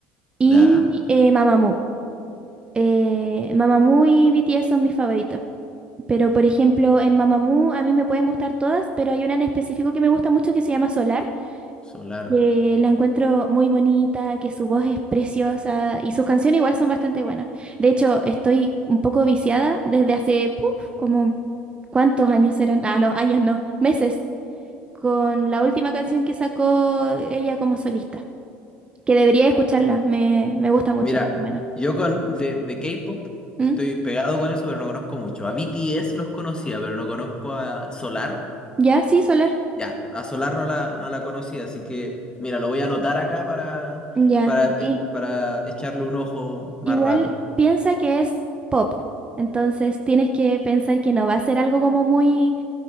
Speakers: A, on the right; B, on the left.
A: y
B: Ya,
A: eh, Mamamoo. Eh, Mamamoo y BTS son mis favoritos. Pero por ejemplo, en Mamamoo a mí me pueden gustar todas, pero hay una en específico que me gusta mucho que se llama Solar
B: Solar.
A: que la encuentro muy bonita, que su voz es preciosa y sus canciones igual son bastante buenas. De hecho, estoy un poco viciada desde hace, puf, como, ¿cuántos años eran? Ah, no, años no, meses, con la última canción que sacó ella como solista, que debería escucharla, me, me gusta mucho,
B: Mira,
A: muy buena.
B: yo con de, de K-pop
A: ¿Mm?
B: estoy pegado con eso, pero no conozco mucho. A BTS los conocía, pero no conozco a Solar.
A: ¿Ya? Sí, Soler.
B: Ya, a Solar no la, no la conocía, así que mira, lo voy a anotar acá para,
A: Ya.
B: para,
A: Sí.
B: eh, para echarle un ojo más
A: Igual
B: rato.
A: piensa que es pop, entonces tienes que pensar que no va a ser algo como muy...